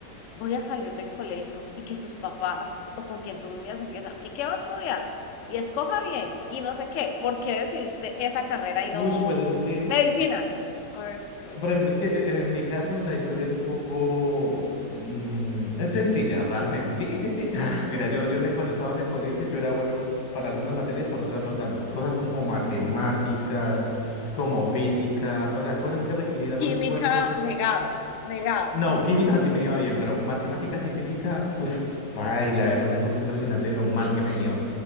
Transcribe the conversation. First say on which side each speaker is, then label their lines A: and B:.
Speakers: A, on the left (about 60°); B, on the left (about 80°).
A: voy a salir del colegio y que tus papás o con quien tú vivías empieza, ¿y qué va a estudiar? Y escoja bien y no sé qué, ¿por qué decidiste esa carrera y
B: Uy,
A: no
B: pues es que
A: medicina? Or
B: Por ejemplo, es que en, en mi caso la historia es un poco... mm, es sencilla, realmente. <laughs> Mira, yo, yo en el- cuando estaba en el colegio yo era bueno para algunas materias, para otras no tanto. Cosas como matemáticas, como física, o sea, cosas que requerían
A: química,
B: un esfuerzo.
A: negado, negado,
B: No, química sí me iba bien, pero matemáticas y física, uff, paila, era una cosa impresionante lo mal que me iba.